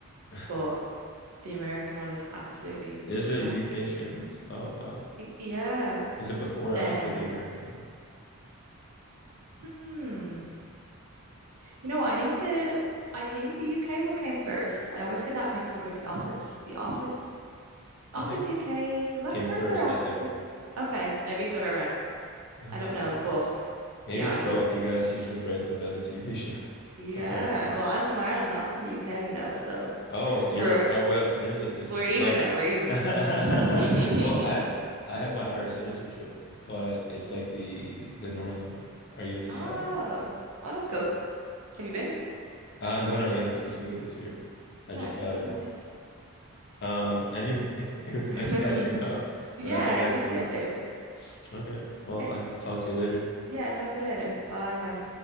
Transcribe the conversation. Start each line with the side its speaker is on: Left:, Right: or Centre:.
Left: <laughs>
Right: but the American one is absolutely
Left: There's a
Right: like
Left: UK Shameless? Oh, wow.
Right: y- yeah.
Left: Was it before
Right: Um,
Left: or after the American one?
Right: hmm. You know what? I think the I think the UK one came first. I always get that mixed up with The Office. The Office
Left: I
Right: Office
Left: think
Right: UK, was that
Left: came
Right: first
Left: first,
Right: or after?
Left: I think.
Right: Okay, maybe it's other around.
Left: Okay.
Right: I don't know, but
Left: Maybe
Right: yeah,
Left: it's
Right: I
Left: both.
Right: love.
Left: You guys usually write the better TV shows, <laughs>
Right: Yeah,
Left: apparently.
Right: well, I'm from Ireland, not from the UK, you know, so
Left: Oh, you're
Right: we're
Left: oh well, there's a different
Right: we're even
Left: like
Right: now, we're even.
Left: <laughs> well,
Right: <laughs>
Left: I I have my Irish citizenship, but it's like the the North one. Are you in the
Right: Oh,
Left: South?
Right: oh, that's cool. Have you been?
Left: Uh no, not yet. I'm supposed to go this year. I
Right: Nice,
Left: just got it.
Right: nice.
Left: Um anyway, <laughs> it was nice
Right: <laughs>
Left: catching up,
Right: Yeah,
Left: but I think
Right: you
Left: I have to
Right: too.
Left: run. Okay. Well,
Right: Okay,
Left: I'll talk
Right: t
Left: to you later.
Right: yeah, talk to you later. Bye, bye.